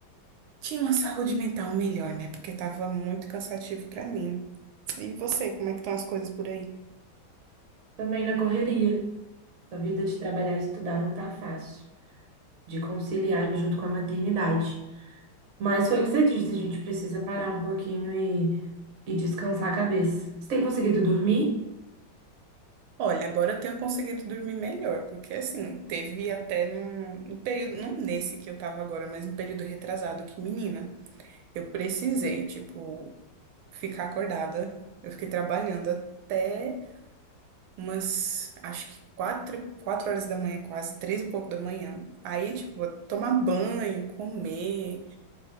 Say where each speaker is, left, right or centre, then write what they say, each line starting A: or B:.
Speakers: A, on the right; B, on the right.
A: tinha uma saúde mental melhor, né? Porque tava muito cansativo pra mim. E você, como é que estão as coisas por aí?
B: também na correria. A vida de trabalhar e estudar não tá fácil, de conciliar junto com a maternidade. Mas foi o que você disse, a gente precisa parar um pouquinho e, e descansar a cabeça. Você tem conseguido dormir?
A: Olha, agora eu tenho conseguido dormir melhor, porque assim, teve até no, no período, não nesse que eu tava agora, mas no período retrasado, que menina, eu precisei, tipo, ficar acordada. Eu fiquei trabalhando até umas, acho que quatro, quatro horas da manhã, quase, três e pouco da manhã. Aí, tipo, tomar banho, comer